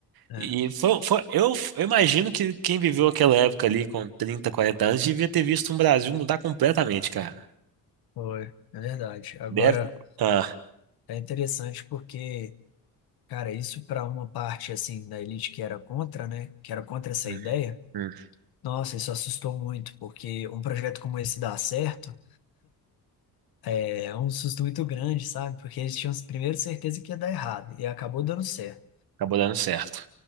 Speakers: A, on the left; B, on the right.
A: é,
B: E foi, foi, eu, eu imagino que quem viveu aquela época ali com 30 40 anos devia ter visto um Brasil mudar completamente, cara.
A: foi, é verdade. Agora,
B: Deve. Ah,
A: é interessante porque, cara, isso para uma parte, assim, da elite que era contra, né? Que era contra essa
B: hum,
A: ideia,
B: hum,
A: nossa, isso assustou muito, porque um projeto como esse dá certo. É um susto muito grande, sabe? Porque eles tinham primeiro certeza que ia dar errado e acabou dando certo.
B: acabou dando certo.